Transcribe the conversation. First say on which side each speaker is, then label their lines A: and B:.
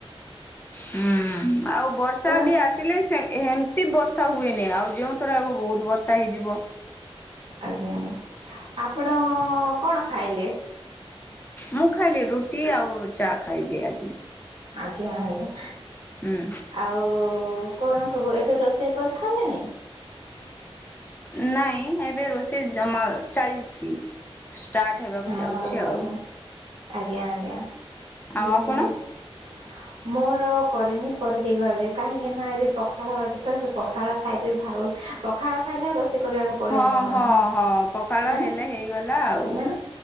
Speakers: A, on the left; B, on the right.
A: ହୁଁ ଆଉ ବର୍ଷା
B: କଣ
A: ବି ଆସିଲେ ସେ ଏ ହେମତି ବର୍ଷା ହୁଏନି ଆଉ ଯେଉଁ ଥର ହବ ବୋହୁତ ବର୍ଷା ହେଇଯିବ।
B: ଆଜ୍ଞା ଆପଣ କଣ ଖାଇଲେ?
A: ମୁଁ ଖାଇଲି ରୁଟି ଆଉ ଚା ଖାଇଲି ଆଜି।
B: ଆଗିଆଁ ଆଗିଆଁ।
A: ହୁଁ
B: ଆଉ କଣ ସବୁ ଏବେ ରୋଷେଇ କରସାରଲେଣି?
A: ନାଇଁ ଏବେ ରୋଷେଇ ଜମା ଚାଲିଚି। ଷ୍ଟାର୍ଟ ହେବାକୁ
B: ହଁ
A: ଯାଉଛି ଆଉ।
B: ହଁ ଆଜ୍ଞା ଆଜ୍ଞା। <unintelligible>
A: ଆଉ ଆପଣ
B: ମୋର କରିନି ପରେ ଟିକେ କହିବେ କାହିଁକି ନା ଏବେ ପଖାଳ ଅଛି ତ ଏବେ ପଖାଳ ଖାଇଦବି ଭାଉ ପଖାଳ ଖାଇଲେ ରୋଷେଇ କରିବାକୁ ପଡ଼ିବନି
A: ହଁ
B: ମ୍ୟାଡ଼ାମ
A: ହଁ ହଁ ପଖାଳ
B: ମାନେ
A: ହେଲେ ହେଇଗଲା ଆଉ।
B: ମାନେ